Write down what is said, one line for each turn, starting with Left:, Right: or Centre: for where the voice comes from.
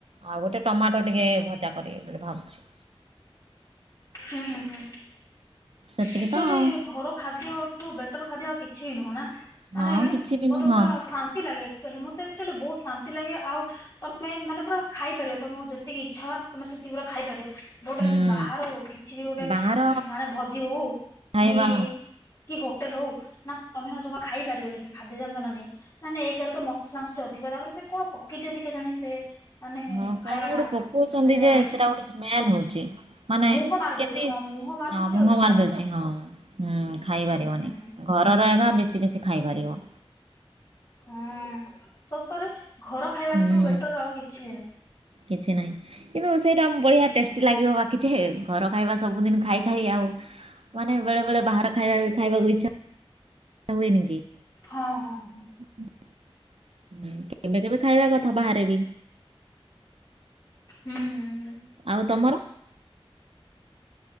Right: ଆଉ ଗୋଟେ ଟମାଟୋ ଟିକେ ଭଜା କରିବି ବୋଲି ଭାବୁଛି।
Left: ହୁଁ ହୁଁ
Right: ସେତିକି
Left: ଏକ୍ଚୋଲି
Right: ତ ଆଉ
Left: ଘର ଖାଦ୍ୟଠୁ ବେଟର ଖାଦ୍ୟ ଆଉ କିଛି ବି ନୁହଁ ନା। ମାନେ
Right: ହଁ କିଛି ବି
Left: ମତେ
Right: ନୁହଁ
Left: ପୁରା ଶାନ୍ତି ଲାଗେ। ଚୋଲି ମତେ ଆକ୍ଚୋଲି ବୋହୁତ ଶାନ୍ତି ଲାଗେ ଆଉ ତମେ ମାନେ ପୁରା ଖାଇପାରିବ ତମକୁ ଯେତିକି ଇଚ୍ଛା ତମେ ସେତିକିର ଖାଇପାରିବ। ଗୋଟେ
Right: ହୁଁ
Left: ଯୋଉ ବାହାରୁ କିଛି ବି ଗୋଟେ
Right: ବାହାର
Left: ମାନେ ଭୋଜି ହଉ
Right: ଖାଇବା
Left: କି କି ହୋଟେଲ ହଉ ନା ତମେ ନା ଜମା ଖାଇ ପାରିବନି ସେ ଖାଦ୍ୟ ଯାଣିଚ ନା ନାଇଁ। ମାନେ ଏକେରେ ତ ମସଲାମ ଅଧିକ ତାପରେ ସେ କଣ ପକେଇ ଦିଅନ୍ତି କେ ଜାଣି ସେ ମାନେ
Right: ହଁ କଣ
Left: ଖାଇବାଟା
Right: ଗୋଟେ ପକଉଚନ୍ତି
Left: ମାନେ
Right: ଯେ ସେଟା ଗୋଟେ ସ୍ମେଲ ହୋଉଚି ମାନେ
Left: ମୁହଁ ମାରି
Right: କେ
Left: ଦଉଛି
Right: ତି
Left: ହଁ ମୁହଁ ମାରି ଦଉଛି
Right: ହଁ
Left: ଆଉ
Right: ମୁହଁ
Left: ଇଚ୍ଛା
Right: ମାରିଦଉଚି
Left: ହଉନି
Right: ହଁ। ହୁଁ ଖାଇ
Left: ହୁଁ।
Right: ପାରିବନି। ଘରର ଏକା ବେଶୀ ବେଶୀ ଖାଇ ପାରିବ।
Left: ହଁ ସତରେ ଘର ଖାଇବା
Right: ହୁଁ
Left: ଠୁ ବେଟର ଆଉ କିଛି ବି ନୁଁ
Right: କିଛି ନାହିଁ କିନ୍ତୁ ସେଇଟା ବଢିଆ ଟେଷ୍ଟି
Left: ନୁହଁ।
Right: ଲାଗିବ ବାକିଯେ ଘର ଖାଇବା ସବୁଦିନ ଖାଇ ଖାଇ ଆଉ ମାନେ ବେଳେବେଳେ ବାହାର ଖାଇବା ଖାଇବାକୁ ଇଚ୍ଛା ହୁଏନିକି।
Left: ହଁ ହଁ ହଁ।
Right: ହୁଁ କେବେ କେବେ ଖାଇବା କଥା ବାହାରେ ବି।
Left: ହୁଁ ହୁଁ। ହୁଁ
Right: ଆଉ ତମର?